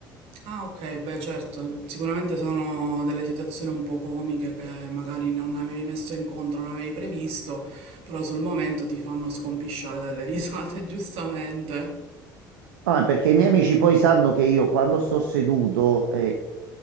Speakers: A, on the right; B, on the right.
A: Ah, ok, beh, certo, sicuramente sono delle situazioni un po' comiche che magari non avevi messo in conto, non avevi previsto, però sul momento ti fanno scompisciare dalle risate, <laughs> giustamente.
B: Ah, perché i miei amici poi sanno che io quando sto seduto e